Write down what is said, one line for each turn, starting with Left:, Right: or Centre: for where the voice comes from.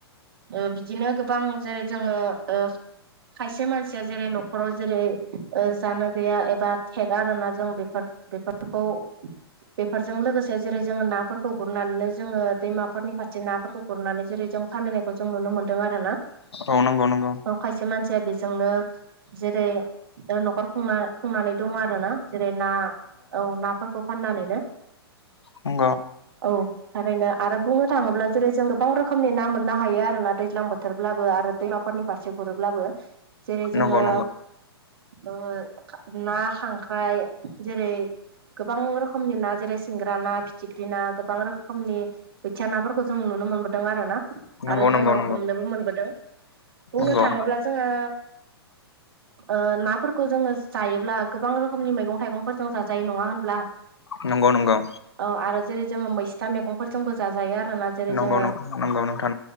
Right: ओ बिदिनो गोबां जेरै जोङो ओ खायसे मानसिया जेरै न'खराव जेरै ओ जानो गैया एबा थेगा आरोना जों बेफोर खौ बेफोरजों लोगोसे जेरै जोङो नाफोरखौ गुरनानैनो जोङो दैमा फोरफोरनि फारसे नाफोरखौ गुरनानै जेरै जों फानहैनायखौ जों नुनो मोन्दों आरोना
Left: औ नंगौ नंगौ
Right: औ खायसे मानसिया बेजोंनो जेरै ओ न'खर खुंना खुंनानै दङ आरोना जेरै ना औ नाफोरखौ फाननानैनो
Left: औ
Right: औ थरैनो आरो बुंनो थाङोब्ला जेरै जों गोबां रोखोमनि ना मोननो हायो आरोना दैज्लां बोथोरब्लाबो आरो दैमाफोरनि फारसे गुरोब्लाबो जेरै जोङो
Left: नंगौ नंगौ
Right: ओ खा ना खांख्राय जेरै गोबां रोखोमनि ना जेरै सिंग्रा ना, फिथिख्रि ना गोबां रोखोमनि बोथिया नाफोरखौ जों नुनो मोनबोदों आरोना आरो
Left: नंगौ नंगौ
Right: जोङो
Left: नंगौ
Right: हमनोबो मोनबोदों बुंनो
Left: नंगौ
Right: थाङोब्ला जोङो ओ नाफोरखौ जोङो जायोब्ला गोबां रोखोमनि मैगं थाइगंफोर जों जा जायो नङा होनब्ला
Left: नंगौ नंगौ
Right: औ आरो जेरै जोङो मैस्था मैगंफोरजोंबो जाजायो आरोना जेरै
Left: नंगौ
Right: जोङो
Left: नंगौ नंगौ नोंथां